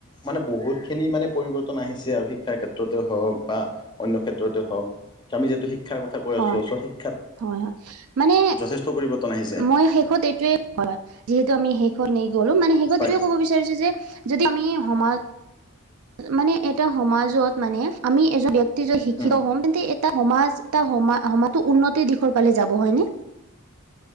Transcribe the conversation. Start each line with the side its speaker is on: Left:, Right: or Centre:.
Left: মানে বহুত খিনি মানে পৰিৱৰ্তন আহিছে আৰু শিক্ষাৰ ক্ষেত্ৰতে হওক বা অন্য ক্ষেত্ৰতে হওক আমি যিহেতু শিক্ষাৰ কথা কৈ
Right: হয়,
Left: আছো চ শিক্ষা
Right: হয় হয় মানে
Left: যথেষ্ট পৰিৱৰ্তন আহে
Right: মই শেষত এইটোৱে হয় যিহেতু আমি শেষত গলো মানে শেষত
Left: হয়
Right: এইটোয়ে ক'ব বিচাৰিছো যে যদি আমি সমাজ মানে এটা সমাজত মানে আমি এজন ব্যক্তি যদি শিক্ষিত
Left: উম,
Right: হম তেন্তে এটা সমাজ, সমাজটো উন্নতিৰ দিশৰ ফালে যাব হয় নে?